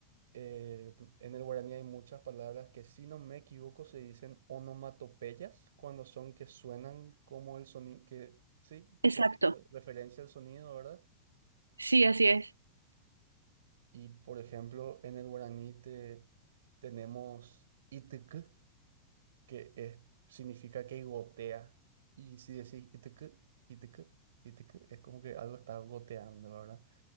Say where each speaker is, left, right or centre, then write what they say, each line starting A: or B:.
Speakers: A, on the right; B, on the right.
A: eh, en el guaraní hay muchas palabras que, si no me equivoco, se dicen onomatopeyas cuando son que suenan como el sonido, que sí,
B: Exacto.
A: re- referencia al sonido, ¿verdad?
B: Sí, así es.
A: Y por ejemplo, en el guaraní te, tenemos itk, que es, significa que gotea. Y si decís itk, itk, itk, es como que algo está goteando, ¿verdad?